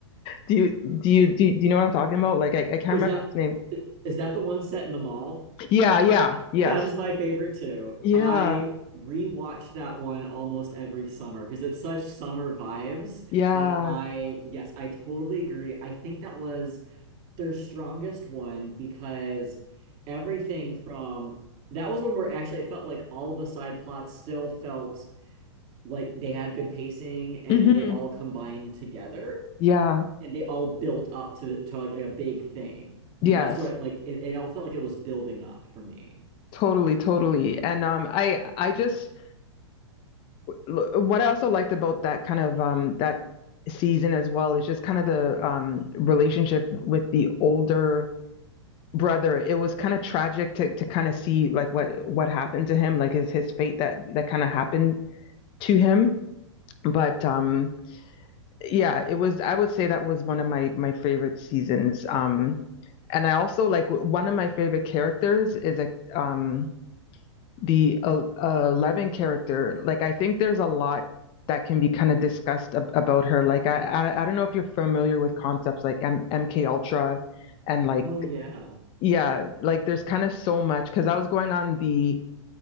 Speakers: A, on the left; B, on the right.
A: do you do you do you, do you know what I'm talking about? Like I, I can't remember
B: Is that
A: its name.
B: is that the one set in the mall?
A: Yeah, yeah, yes.
B: That is my favorite too.
A: Yeah,
B: I rewatch that one almost every summer because it's such summer vibes
A: yeah,
B: that I, yes, I totally agree. I think that was their strongest one because everything from that was one where actually it felt like all the side plots still felt like they had good pacing and
A: hmm
B: they all combined together
A: yeah,
B: and they all built up to to like a big thing,
A: yes,
B: and that's what like it, it all felt like it was building up for me.
A: totally, totally. And um, I, I just l- what I also liked about that kind of um that season as well is just kind of the um relationship with the older brother. It was kind of tragic to to kind of see like what what happened to him, like his his fate that that kind of happened to him. But um, yeah, it was. I would say that was one of my my favorite seasons. Um, And I also like one of my favorite characters is a um the uh, Eleven character. Like I think there's a lot that can be kind of discussed ab- about her. Like I, I I don't know if you're familiar with concepts like M- MK Ultra and like
B: Oh yeah.
A: yeah, like there's kind of so much because I was going on the